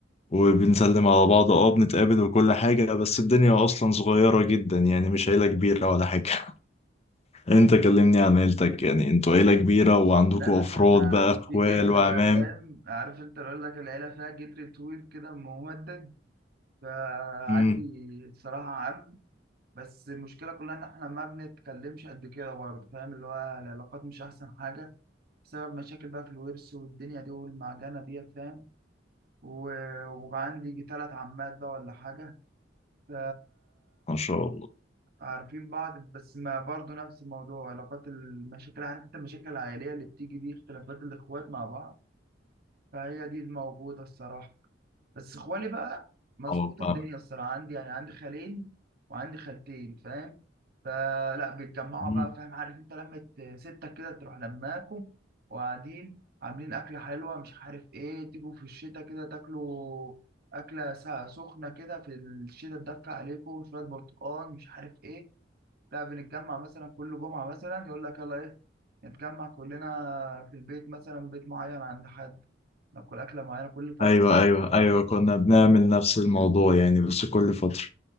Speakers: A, on the left; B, on the right.
A: وبنسلم على بعض اه بنتقابل وكل حاجة بس الدنيا أصلا صغيرة جدا يعني مش عيلة كبيرة ولا حاجة <laughs> أنت كلمني عن عيلتك يعني أنتوا عيلة كبيرة وعندكوا
B: لا يا باشا
A: أفراد
B: احنا
A: بقى أخوال
B: في جدر
A: وعمام
B: بقى فاهم عارف انت اللي اقول لك العيله فيها جدر طويل كده ممدد فعندي
A: مم.
B: الصراحه عم بس المشكله كلها ان احنا ما بنتكلمش قد كده برضه فاهم اللي هو العلاقات مش احسن حاجه بسبب مشاكل بقى في الورث والدنيا دي والمعجنه دي فاهم و- وعندي ثلاث عمات بقى ولا حاجه ف
A: ما شاء الله
B: عارفين بعض بس ما برضه نفس الموضوع علاقات المشاكل عارف انت المشاكل العائلية اللي بتيجي دي اختلافات الاخوات مع بعض فهي دي الموجودة الصراحة بس اخوالي بقى مظبوطة
A: أه فاهم
B: الدنيا الصراحة عندي يعني عندي خالين وعندي خالتين فاهم فلا بيتجمعوا
A: مم.
B: بقى فاهم عارف انت لمة ستة كده تروح لماكم وقاعدين عاملين أكلة حلوة مش عارف ايه تيجوا في الشتاء كده تاكلوا أكلة سا- سخنة كده في الشتاء تدفى عليكم شوية برتقال مش عارف ايه لا بنتجمع مثلا كل جمعة مثلا يقول لك يلا ايه نتجمع كلنا في البيت مثلا بيت معين عند حد ناكل أكلة معينة كل فترة
A: أيوة أيوة
B: فاهم
A: أيوة كنا بنعمل نفس الموضوع يعني بس كل فترة